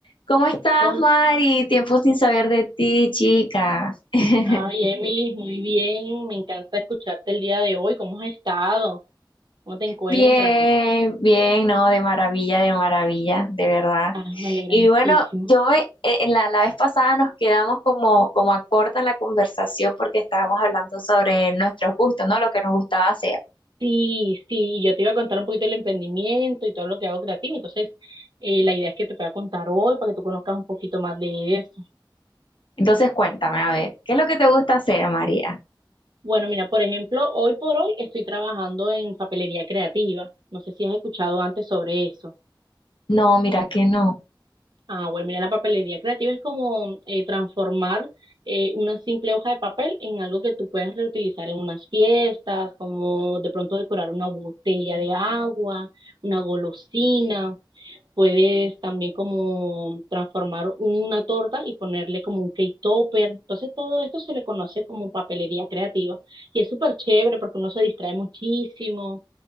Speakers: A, on the left; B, on the right.
A: ¿Cómo estás,
B: Hola.
A: Mari? Tiempo sin saber de ti, chica. <laughs>
B: Ay, Emily, muy bien. Me encanta escucharte el día de hoy. ¿Cómo has estado? ¿Cómo te encuentras?
A: Bien, bien, no, de maravilla, de maravilla, de verdad.
B: Ay, me alegra
A: Y
B: muchísimo.
A: bueno, yo me, eh, en la, la vez pasada nos quedamos como, como a corta en la conversación porque estábamos hablando sobre nuestros gustos, ¿no? Lo que nos gustaba hacer.
B: Sí, sí, yo te iba a contar un poquito del emprendimiento y todo lo que hago creativo. Entonces, eh, la idea es que te pueda contar hoy para que tú conozcas un poquito más de eso.
A: Entonces, cuéntame, a ver, ¿qué es lo que te gusta hacer, María?
B: Bueno, mira, por ejemplo, hoy por hoy estoy trabajando en papelería creativa. No sé si has escuchado antes sobre eso.
A: No, mira que no.
B: Ah, bueno, mira, la papelería creativa es como eh, transformar eh, una simple hoja de papel en algo que tú puedas reutilizar en unas fiestas, como de pronto decorar una botella de agua, una golosina. Puedes también como transformar una torta y ponerle como un cake topper. Entonces todo esto se le conoce como papelería creativa y es súper chévere porque uno se distrae muchísimo.